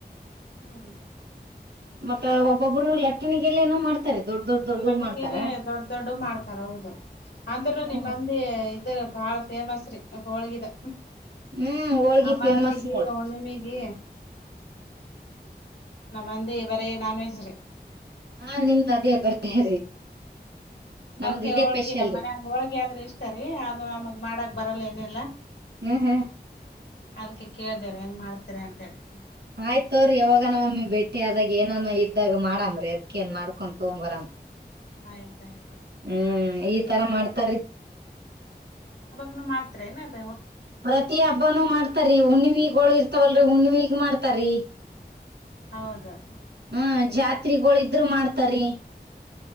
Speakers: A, on the left; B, on the right.
A: ಹ್ಮ್
B: ಮತ್ತೆ ಒಬ್ಬೊಬ್ರು ಲಟ್ಟಣಿಗೆಲ್ಲ ಏನು ಮಾಡ್ತಾರೆ ದೊಡ್ ದೊಡ್ ದೊಡ್ಡ
A: ಲಟಕಿಲೆ
B: ಮಾಡ್ತಾರ
A: ದೊಡ್ಡ ದೊಡ್ಡ ಮಾಡ್ತಾರ ಹೌದು ಅಂದ್ರೂ
B: ಹ್ಮ್
A: ನಿಮ್ಮಂದಿ ಇದ್ರ ಬಾಳ ಫೇಮಸ್ ರೀ ಹೋಳ್ಗಿದ
B: ಹ್ಮ್ ಹೋಳ್ಗಿ
A: ಅಮಾಸಿಗಿ
B: ಫೇಮಸ್ ನೋಡ್ರಿ
A: ಹುಣ್ಣಿಮಿಗಿ ನಮ್ಮ ಅಂದಿ ಬರಿ ನಾನ್ವೆಜ್ ರಿ
B: ಹಾ ನಿಮ್ದ್ ಅದೇ ಬರೀರಿ ನಮ್ದ್
A: ಅದಕ್ಕೆ
B: ಇದೇ
A: ಹೋಳ್ಗಿ
B: ಸ್ಪೆಷಲ್
A: ನಮ್ಮ
B: ರೀ
A: ಮನ್ ಹೋಳ್ಗಿ ಅಂದ್ರೆ ಇಷ್ಟ ರೀ ಅದು ನಮಗ್ ಮಾಡಕ್ ಬರಲ್ಲ ಏನಲ್ಲ
B: ಹ್ಮ್
A: ಅದಕ್ಕೆ ಕೇಳ್ದರ ಹೆಂಗ್ ಮಾಡ್ತಾರೆ ಅಂತ ಹೇಳಿ
B: ಆಯ್ತವ್ರಿ ಯಾವಾಗ ನಮ್ಮಿ ಬೆಟ್ಟಿ ಆದಾಗ ಏನಾನ ಇದ್ದಾಗ ಮಾಡಾಮ್ರೀ ಅದ್ ಏನ್ ಮಾಡ್ಕೊಂಡ ತೊಗೊಂಡ್ ಬರಾಮ
A: ಆಯ್ತ ಆಯ್ತ
B: ಹ್ಮ್ ಈ ತರ ಮಾಡ್ತಾರ್ ರೀ
A: ಇನ್ನು ಮಾಡ್ತಾರೇನು ಏನ್ ಇದ್
B: ಪ್ರತಿ ಹಬ್ಬನೂ ಮಾಡ್ತಾರಿ ಹುಣ್ಣಿವಿಗ್ಗಳು ಇರ್ತವಲ್ರಿ ಹುಣ್ಣವಿಿ ಮಾಡ್ತಾರೀ
A: ಹೌದಾ
B: ಹ್ಮ ಜಾತ್ರೆಗಳು ಇದ್ರು ಮಾಡ್ತಾರಿೀ